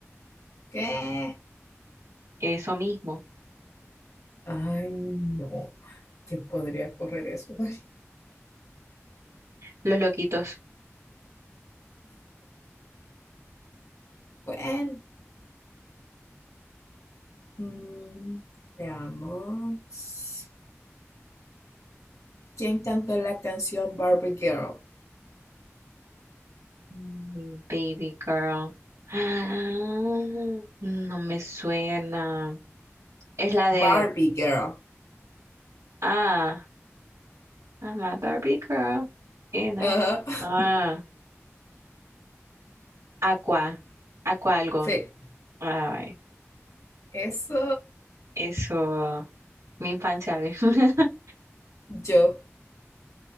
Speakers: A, on the left; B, on the right.
A: ¿Qué?
B: eso mismo,
A: Ay, no. ¿Quién podría correr eso? <laughs> Ay,
B: los loquitos.
A: bueno. Mm, veamos. ¿Quién cantó la canción Barbie Girl?
B: Mm, Baby girl. <gasps> Ah, no me suena. Es la
A: Barbie
B: de,
A: Girl.
B: ah, I'm a Barbie girl. Ena.
A: Ajá. <laughs>
B: Ah. Aqua, Aqua algo.
A: Sí,
B: Ay,
A: eso
B: eso, mi infancia. <laughs>
A: yo.